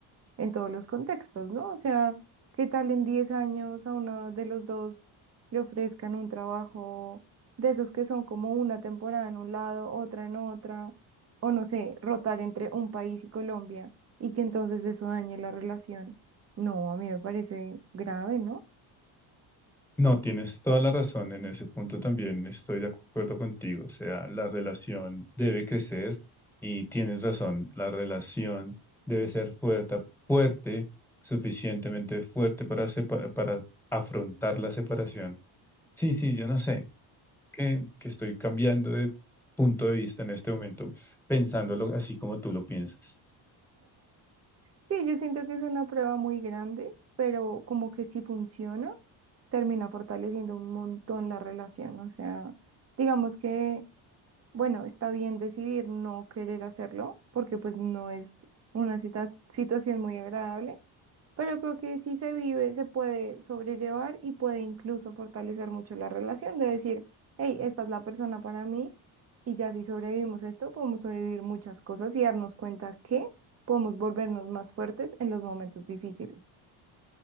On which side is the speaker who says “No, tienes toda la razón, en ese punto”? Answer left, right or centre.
Centre